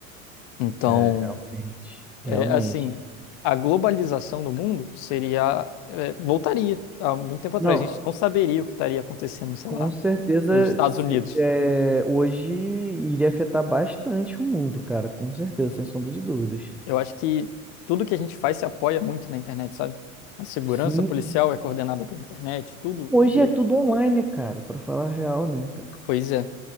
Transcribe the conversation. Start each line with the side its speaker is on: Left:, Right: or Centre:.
Left: Então,
Centre: É, realmente, realmente.
Left: é, assim, a globalização do mundo seria, é, voltaria há muito tempo atrás.
Centre: Não,
Left: A gente não saberia o que estaria acontecendo, sei
Centre: com
Left: lá
Centre: certeza,
Left: nos Estados
Centre: se-
Left: Unidos.
Centre: é, hoje iria afetar bastante o mundo, cara, com certeza, sem sombra de dúvidas.
Left: Eu acho que tudo que a gente faz se apoia muito na internet, sabe? A segurança
Centre: Sim,
Left: policial é coordenada pela internet, tudo
Centre: hoje
Left: é meio.
Centre: é tudo online, né, cara, para falar a real, né, cara?
Left: Pois é.